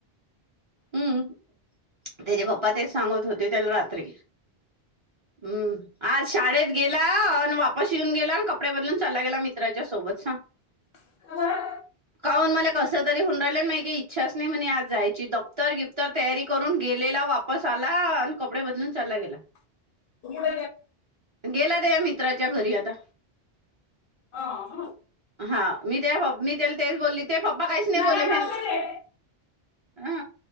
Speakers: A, on the right; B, on the left.
A: हम्म त्याचे पप्पा तेच सांगत होते त्याला रात्री <inaudible> हम्म आज शाळेत गेला अन् वापस येऊन गेला कपडे बदलून चालला गेला मित्राच्या सोबत सांग
B: <unintelligible>
A: <inaudible> काऊन मला कस तरी होन राहिलं मा काही इच्छाच नाही म्हणे आज जायची दफ्तर गिफ्तर तयारी करून गेलेला वापस आला आणि कपडे बदलून चालला गेला.
B: <unintelligible>
A: गेला तया मित्राच्या घरी आता.
B: हा, हा.
A: हा मी तया पप मी त्याला तेच बोलली तेचे पप्पा काहीच नाही
B: नव्या
A: बोलले
B: डॉक्टर
A: म्ह
B: आहे
A: हा